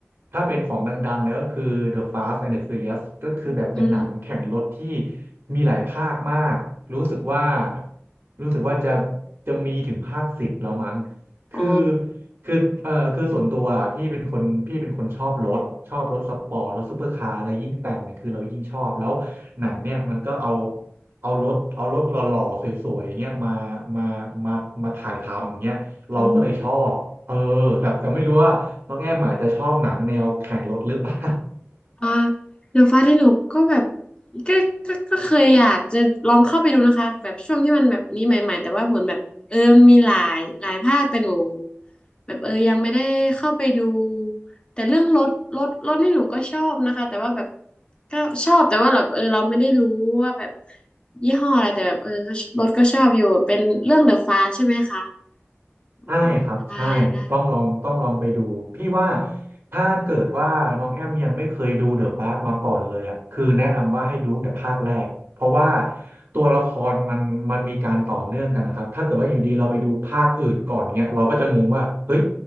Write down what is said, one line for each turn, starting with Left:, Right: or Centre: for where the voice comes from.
Right: ถ้าเป็นของดังๆเลยก็คือ The Fast and the Furious ก็คือแบบเป็นหนังแข่งรถที่
Left: อืม
Right: มีหลายภาคมาก รู้สึกว่า รู้สึกว่าจะจะมีถึงภาคสิบแล้วมั้ง
Left: อ๋อ
Right: คือคือเออคือส่วนตัวอะพี่เป็นคนพี่เป็นคนชอบรถ ชอบรถสปอร์ตรถซูเปอร์คาร์อะไรยิ่งแต่งเนี่ยคือเรายิ่งชอบแล้ว หนังเนี่ยมันก็เอาเอารถเอารถหล่อๆสวยๆอย่างเงี้ยมามามามาถ่ายทำอย่างเงี้ยเราก็เลยชอบเออแต่แต่ไม่รู้ว่าน้องแอมอาจจะชอบหนังแนวแข่งรถหรือเปล่า
Left: อืมอ่าเดอะฟาสที่หนูก็แบบก็ก็ก็เคยอยากจะลองเข้าไปดูนะคะแบบช่วงที่มันแบบนี้ใหม่ๆแต่ว่าเหมือนแบบเออมันมีหลายหลายภาคแต่หนู แบบเออยังไม่ได้เข้าไปดูแต่เรื่องรถรถรถนี่หนูก็ชอบนะคะแต่ว่าแบบก็ชอบแต่ว่าแบบเออเราไม่ได้รู้ว่าแบบยี่ห้ออะไรแต่แบบเออก็รถก็ชอบอยู่เป็นเรื่องเดอะฟาสใช่ไหมคะอ๋อได้ได้
Right: ใช่ครับใช่ต้องลองต้องลองไปดูพี่ว่าถ้าเกิดว่าน้องแอมยังไม่เคยดูเดอะพาร์มาก่อนเลยอ่ะคือแนะนำว่าให้ดูตั้งแต่ภาคแรกเพราะว่าตัวละครมันมันมีการต่อเนื่องกันนะครับถ้าเกิดว่าอยู่ดีเราไปดูภาคอื่นก่อนเนี้ยเราก็จะงงว่าเฮ้ย